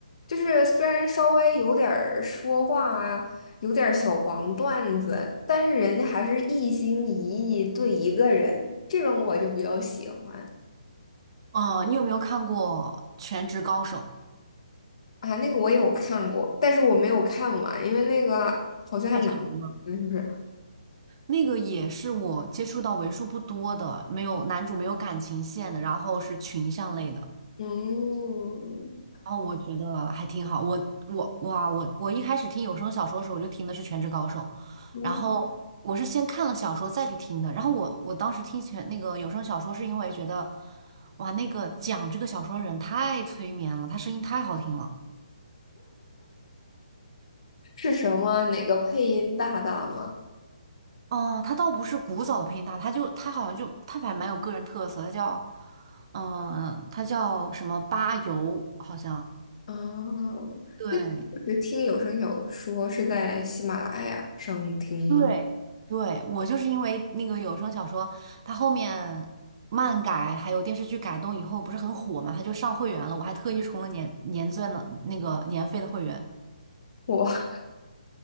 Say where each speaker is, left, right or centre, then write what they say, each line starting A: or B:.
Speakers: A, on the left; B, on the right.
A: 就是虽然稍微有点儿说话啊，有点儿小黄段子，但是人家还是一心一意对一个人，这种我就比较喜欢
B: 嗯，你有没有看过《全职高手》？
A: 啊。那个我有看过，但是我没有看完，因为那个好像还蛮，
B: 太长了。
A: 嗯，是不是？
B: 那个也是我接触到为数不多的，没有男主没有感情线的，然后是群像类的，
A: 嗯，
B: 然后我觉得还挺好。我我哇，我我一开始听有声小说的时候，我就听的是《全职高手》，
A: 嗯
B: 然后我是先看了小说再去听的。然后我我当时听全那个有声小说，是因为觉得哇，那个讲这个小说的人太催眠了，他声音太好听了。
A: 是什么？哪个配音大大吗？
B: 哦，他倒不是古早的配音大，他就他好像就他反正蛮有个人特色，他叫，嗯，他叫什么巴油，好像
A: 哦，
B: 对，
A: 那你一直听有声小说是在喜马拉雅上听吗？
B: 对对，我就是因为那个有声小说，它后面漫改还有电视剧改动以后不是很火嘛，他就上会员了，我还特意充了年年钻的那个年费的会员。
A: 我